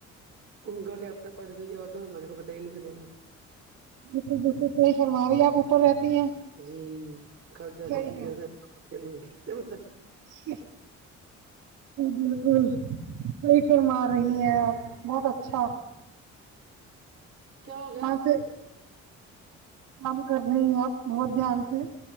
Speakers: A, on the right (about 45°); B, on the right (about 80°).
A: ان کا اب تک پڑھ بھی جاؤ تو ہمارے کو پتا ہی نہیں چلےگا
B: بلکل بلکل سہی فرمارہی ہے آپ اوپر رہتی ہیں
A: جی کب جا
B: صحیح
A: کے سیڑے مل گیا م
B: جی بلکل کی فرما رہی ہیں آپ بہت اچھا
A: کیا
B: وہاں
A: ہو گیا
B: سے کام کر رہی ہیں آپ بہت دھیان سے